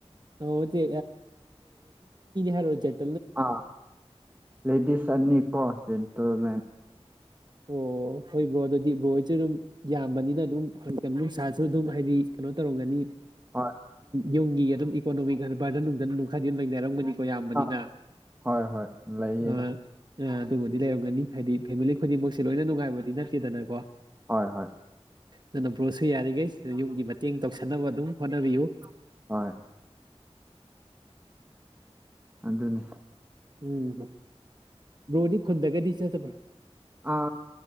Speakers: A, on the right; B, on the right.
A: ꯦꯅꯦ ꯍꯔ ꯑꯣꯏꯖ
B: ꯑ ꯂꯩꯦꯗꯤꯁ ꯑꯅꯤ ꯀꯣ ꯟꯇꯜ ꯃ
A: ꯑꯣ ꯑꯣ ꯍꯣꯏ ꯕ꯭ꯔꯣ ꯑꯗꯨꯗꯤ ꯕ꯭ꯔꯣꯁꯨ ꯑꯗꯨꯝ ꯌꯥꯝꯕꯅꯤꯅ ꯑꯗꯨꯝ ꯍꯀ ꯅꯨꯡꯁꯥꯁꯨ ꯑꯗꯨꯝ ꯍꯥꯏꯗꯤ ꯀꯩꯅꯣ ꯇꯧꯔꯝꯒꯅꯤ
B: ꯍꯣꯏ
A: ꯌꯨꯝꯒꯤ ꯑꯗꯨꯝ ꯏꯀꯣꯅꯣꯃꯤꯛ ꯕꯔꯗꯟ ꯅꯨꯡꯗꯟ ꯅꯨꯡꯈꯥꯏꯗꯤ ꯑꯗꯨ ꯂꯩꯅꯔꯝꯒꯅꯤ ꯌꯥꯝꯕꯅꯤꯅ
B: ꯑꯥ ꯍꯣꯏ ꯍꯣꯏ ꯂꯩꯌꯦꯗ
A: ꯑ ꯑ ꯑꯗꯨꯃꯗꯤ ꯂꯩꯔꯝꯒꯅꯤ ꯍꯥꯏꯗꯤ ꯐꯦꯃꯤꯂꯤ ꯈꯨꯗꯤꯡꯃꯛꯁꯦ ꯂꯣꯏꯅ ꯅꯨꯡꯉꯥꯏꯕꯗꯤ ꯅꯠꯇꯦꯗꯅꯀꯣ
B: ꯍꯣꯏ ꯍꯣꯏ
A: ꯑꯗꯨꯅ ꯕ꯭ꯔꯣꯁꯨ ꯌꯥꯔꯤꯒꯩ ꯌꯨꯝꯒꯤ ꯃꯇꯦꯡ ꯇꯧꯁꯟꯅꯕ ꯑꯗꯨꯝ ꯍꯣꯠꯅꯕꯤꯌꯨ
B: ꯍꯣꯏ <inaudible> ꯑꯗꯨꯅꯤ
A: ꯎꯝ ꯕ꯭ꯔꯣꯗꯤ ꯈꯨꯟꯗꯒꯗꯤ ꯆꯠꯇꯕ꯭ꯔꯣ
B: <inaudible> ꯑꯥ